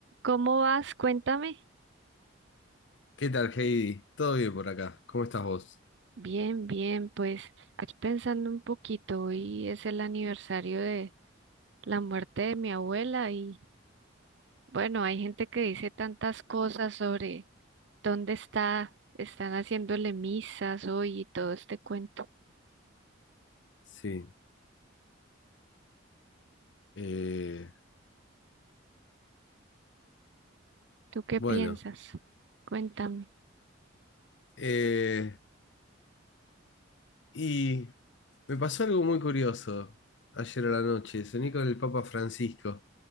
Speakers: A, on the right; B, on the left.
A: ¿Cómo vas? Cuéntame.
B: ¿Qué tal, Heidi? ¿Todo bien por acá? ¿Cómo estás vos?
A: Bien, bien, pues aquí pensando un poquito, hoy es el aniversario de la muerte de mi abuela y bueno, hay gente que dice tantas cosas sobre dónde está, están haciéndole misas hoy y todo este cuento.
B: Sí. eh,
A: ¿Tú qué
B: bueno,
A: piensas? Cuéntame.
B: eh, y me pasó algo muy curioso ayer a la noche. Soñé con el Papa Francisco.